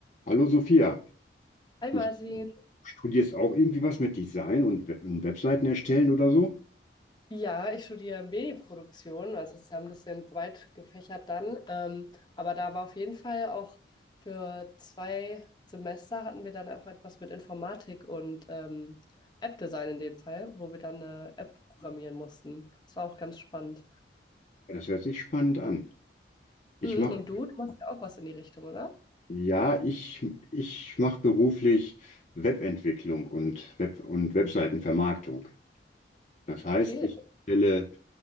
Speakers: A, on the left; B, on the left.
A: Hallo Sophia,
B: Hi
A: du
B: Martin.
A: studierst auch irgendwie was mit Design und We- und Webseiten erstellen oder so?
B: Ja, ich studiere Medienproduktion, also es ist ja ein bisschen breit gefächert dann. Ähm, aber da war auf jeden Fall auch für zwei Semester hatten wir dann auch etwas mit Informatik und ähm, App-Design in dem Fall, wo wir dann eine App programmieren mussten. Das war auch ganz spannend.
A: Ja, Das hört sich spannend an. Ich
B: Mhm,
A: mache,
B: und du, du machst ja auch was in die Richtung, oder?
A: ja, ich, ich mache beruflich Webentwicklung und Web und Webseitenvermarktung. Das heißt,
B: Okay.
A: ich stelle